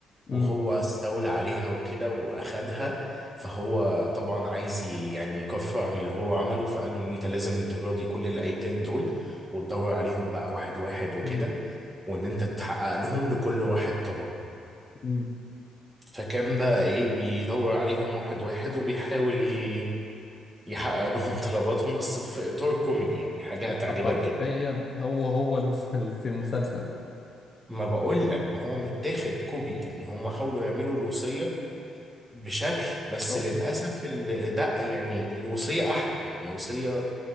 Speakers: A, on the left; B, on the right.
A: امم
B: وهو استولى عليها وكده واخدها فهو طبعا عايز ي- يعني يكفر عن اللي هو عمله فقال له ان انت لازم تراضي كل الايتام دول وتدور عليهم بقى واحد واحد وكده
A: امم
B: وان انت تحقق لهم لكل واحد طلب
A: امم
B: فكان بقى ايه بيدور عليهم واحد واحد وبيحاول ي- يحقق لهم <laughs> طلباتهم بس في اطار كوميدي يعني حاجة
A: ده
B: هتعجبك
A: ده حرفيا
B: جدا
A: هو هو الم- <laughs> في المسلسل
B: ما بقول لك ما هو متاخد كوبي يعني هم حاولوا يعملوا الوصية بشكل بس
A: امم
B: للاسف ال- ده يعني الوصيه احلى يعني الوصيه